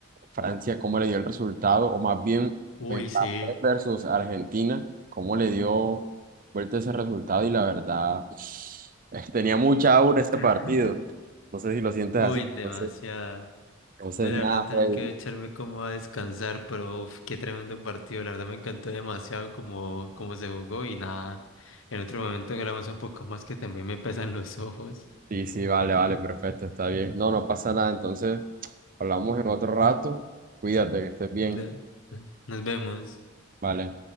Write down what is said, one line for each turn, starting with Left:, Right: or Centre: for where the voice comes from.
Right: Francia, cómo le dio el resultado, o más bien
Left: Uy,
Right: Mbappé
Left: sí.
Right: versus Argentina, cómo le dio vuelta ese resultado y la verdad <laughs> eh, tenía mucha aura ese
Left: <laughs>
Right: partido. No sé si lo sientes
Left: Uy,
Right: así.
Left: demasiado.
Right: Entonces, entonces
Left: Yo la
Right: nada,
Left: verdad también
Right: Freddy.
Left: quiero echarme como a descansar, pero uf, qué tremendo partido. La verdad me encantó demasiado como, como se jugó y nada. En otro momento grabamos un poco más que también me pesan los <laughs> ojos.
Right: Sí, sí, vale, vale, perfecto, está bien. No, no pasa nada. Entonces, hablamos
Left: Ujú.
Right: en otro rato. Cuídate, que estés bien.
Left: Na- na- Nos vemos.
Right: Vale.